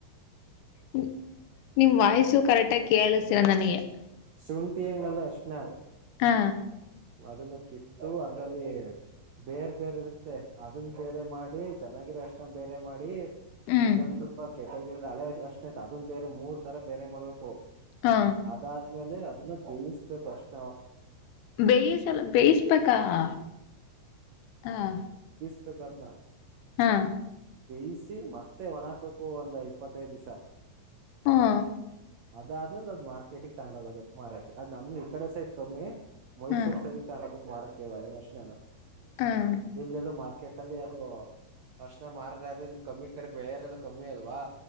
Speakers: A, on the left; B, on the right.
A: ನಿ ನಿಮ್ ವಾಯ್ಸು ಕರೆಕ್ಟ್ ಕೇಳಸ ಚರಂದನೆಯ <unintelligible>
B: ಶುಂಠಿ ಹೆಂಗಲ್ಲ ಅರಿಶಿನ
A: ಹಾ
B: ಅದನ್ನ ಕಿತ್ತು ಅದ್ರಲ್ಲಿ ಬೇರ್ ಬೇರ್ ಇರುತ್ತೆ ಅದನ್ ಬೇರೆ ಮಾಡಿ ಚೆನ್ನಾಗಿರೊನ ಅರಿಶಿಣ ಬೇರೆ ಮಾಡಿ
A: ಹ್ಮ್
B: ಇನ್ನೊಂದ್ ಸ್ವಲ್ಪ ಕೆಟ್ಟೋಗಿರದ ಹಳೆ ಅರಿಶಿಣ ಆಯತ ಅದನ್ ಬೇರೆ ಮೂರ್ ತರ ಬೇರೆ ಮಾಡ್ಬೇಕು
A: ಹಾ
B: ಅದಾದ್ಮೇಲೆ ಅದ್ ಇದನ್ನ ಬೇಯಿಸಬೇಕು ಕಷ್ಟ
A: ಬೇಯಿಸಲ್ಲ ಬೇಯಿಸ್ಬೇಕಾ ಹ - ಹ
B: ್ದ <unintelligible>
A: ಹಾ
B: ಬೇಯಿಸಿ ಮತ್ತೆ ಒಣ ಹಾಕ್ಬೇಕು ಒಂದ ಇಪ್ಪತ್ತೈದ್ ದಿಸ
A: ಹಾ
B: ಅದಾದ್ರ ಅದ್ ಮಾರ್ಕೆಟಿಗೆ ತಗೊಂಡೋದ ಅದು ಮಾರೋದ್ ಅ ನಮ್ ಈ ಕಡೆ ಸೈಡ್ ಕಮ್ಮಿ ಮೈಸೂರು
A: ಹಾ
B: ಸೈರಿ ಕಾಣಬು ಮಾರ ಒಳ್ಳೆ ಪ್ರಶ್ನಾನ <unintelligible>
A: ಹಾ
B: ಎಲ್ಲೆಲ್ಲ ಮಾರ್ಕ ಏಕೆಂದ್ರೆ ಅದುಅರ್ಶನ ಮಾರ ಯಾರರು ಇಲ್ಲಿ ಕಮ್ಮಿ ಕಡೆ ಬೆಳೆಯರೆಲ್ಲ ಕಮ್ಮಿ ಅಲ್ವಾ